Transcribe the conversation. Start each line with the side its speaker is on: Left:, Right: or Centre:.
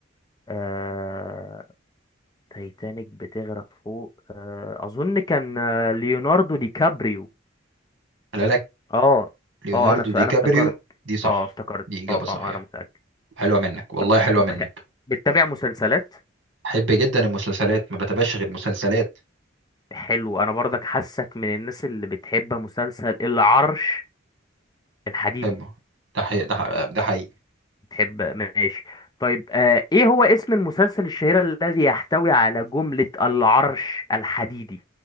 Left: آه تايتانيك بتغرق فوق آه، اظن كان آه، ليوناردو دي كابريو
Right: خلي بالك
Left: اه
Right: ليوناردو
Left: اه انا ف...
Right: دي
Left: انا
Right: كابريو
Left: افتكرت
Right: دي صح
Left: اه افتكرت
Right: دي إجابة
Left: اه
Right: صحيحة
Left: اه آه، انا متأكد
Right: حلوة منك والله
Left: طب
Right: حلوة
Left: طب
Right: منك
Left: خ... بتتابع مسلسلات
Right: بحب جدا المسلسلات ما بتابعش غير مسلسلات
Left: حلو انا برضك حاسك من الناس اللي بتحب مسلسل العرش الحديدي
Right: بحبه ده حقيقي ده حقيقي ده حقيقي
Left: بتحب ماشي طيب آه ايه هو اسم المسلسل الشهير الذي يحتوي على جملة العرش الحديدي